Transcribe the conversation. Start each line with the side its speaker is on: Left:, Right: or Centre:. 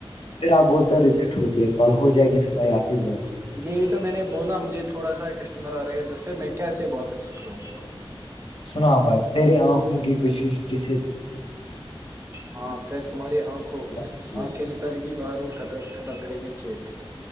Left: پھر آپ بولتے ہو ریجیکٹ ہوتی ہے کل ہو جائے گیا بھائی آپ ہی بول رہو
Right: یہی تو میں نے بولا مجھے تھوڑا سا کسٹمر آ رہا ہے ادھر سے میں کیا سے بات کر سکتا ہوں
Left: سنا بھائی تیری آنکھ منک کی کشش جس
Right: ہاں پھر تمہاری آنکھوں
Left: دکھتا مجھے
Right: آنکھ چل گی باہر اور خم ختم کرے گی کھیت